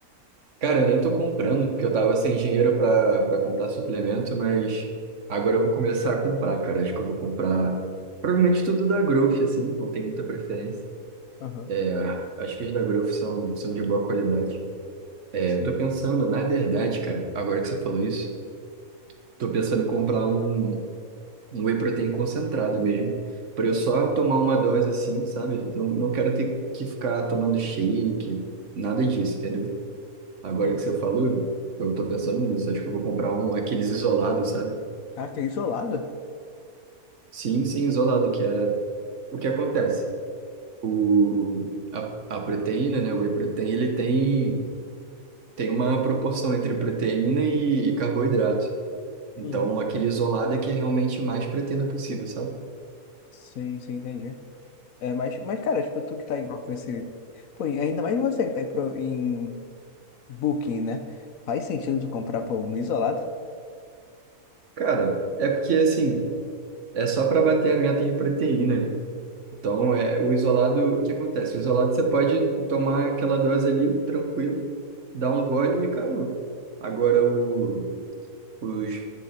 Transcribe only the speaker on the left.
Aham,
sim.
Uhum.
Caraca, é isolado?
Uhum.
Sim, sim, entendi. É, mas, mas, cara, tipo, tu que tá em- com esse. Pô, e ainda mais você que tá em, pro- em Booking, né? Faz sentido tu comprar, pô, um isolado?